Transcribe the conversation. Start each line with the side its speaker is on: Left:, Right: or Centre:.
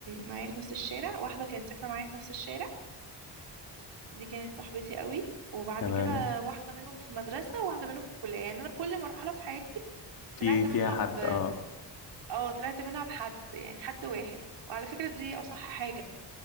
Right: معايا في نفس الشارع واحدة كانت ساكنة معايا في نفس الشارع دي كانت صاحبتي قوي وبعد
Left: تمام
Right: كده واحدة منهم في المدرسة وواحدة منهم في الكلية يعني أنا كل مرحلة في حياتي
Left: في
Right: طلعت
Left: فيها
Right: منها
Left: حد
Right: ب
Left: اه
Right: اه طلعت منها بحد يعني حد واحد وعلى فكرة دي أصح حاجة